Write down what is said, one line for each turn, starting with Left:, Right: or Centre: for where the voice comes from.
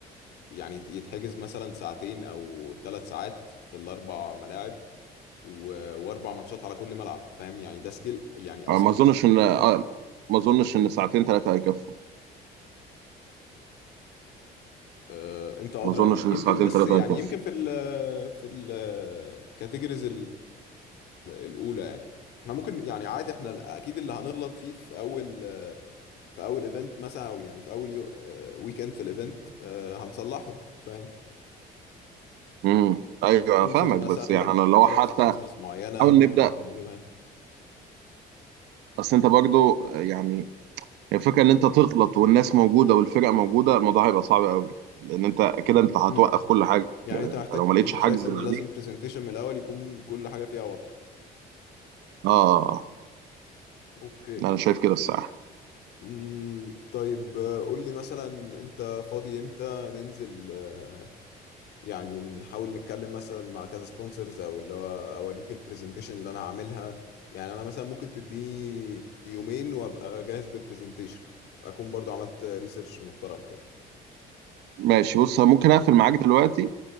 Left: يعني يت- يتحجز مثلا ساعتين او ثلاث ساعات في الاربع ملاعب و- واربع ماتشات على كل ملعب فاهم يعني ده سكيل يعني اصغر
Right: آه، ما اظنش ان آه، ما اظنش ان ساعتين ثلاثه هيكفوا
Left: آه، انت ادرى
Right: ما اظنش
Left: اكيد
Right: ان
Left: يمكن
Right: ساعتين
Left: بس
Right: ثلاثه
Left: يعني
Right: هيكفوا
Left: يمكن في ال في الكاتيجوريز الاولى يعني احنا ممكن يعني عادي احنا اكيد اللي هنغلط فيه في اول في اول ايفنت مثلا او يعني في اول يو ويك اند في الايفنت آه، هنصلحه فاهم
Right: امم ايوه
Left: السبونسرز
Right: أنا فاهمك
Left: مثلا
Right: بس يعني
Left: لو
Right: انا لو
Left: طلب
Right: حتى
Left: سبونسرز معينه
Right: حاول
Left: ممكن
Right: نبدا
Left: نحاول نجيبها
Right: بس انت برضو آه، يعني الفكره ان انت تغلط والناس موجوده والفرق موجوده الموضوع هيبقى صعب قوي لان انت كده انت هتوقف
Left: امم
Right: كل حاجه
Left: يعني
Right: لان
Left: انت
Right: انت
Left: محتاج
Right: لو ما لقيتش
Left: انت
Right: حجز
Left: شايف ان
Right: بعدين
Left: لازم برزنتيشن من الاول يكون كل حاجه فيها واضحه
Right: اه آه.
Left: اوكي
Right: انا شايف كده الساعه
Left: مم، طيب آه، قول لي مثلا انت فاضي امتى ننزل آه، يعني نحاول نتكلم مثلا مع كذا سبونسرز او اللي هو اوريك البرزنتيشن اللي انا هعملها يعني انا مثلا ممكن تديني يومين وابقى جاهز بالبرزنتيشن اكون برضو عملت ريسيرش محترم كده
Right: ماشي بص أنا ممكن اقفل معاك دلوقتي